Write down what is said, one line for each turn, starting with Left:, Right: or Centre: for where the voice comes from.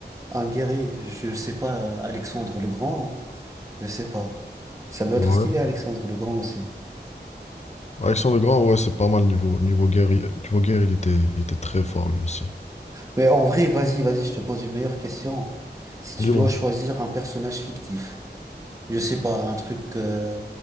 Right: un guerrier. Je sais pas, euh, Alexandre le Grand. hein. Je sais pas. Ça doit
Left: tiens.
Right: être stylé, Alexandre le Grand aussi.
Left: Bah, Alexandre Grand, ouais, c'est pas mal niveau, niveau guerre. il- Niveau guerre, il était, il était très fort lui aussi.
Right: Mais en vrai, vas-y, vas-y, je te pose une meilleure question. Si tu
Left: Dis-moi.
Right: dois choisir un personnage fictif, je sais pas, un truc euh,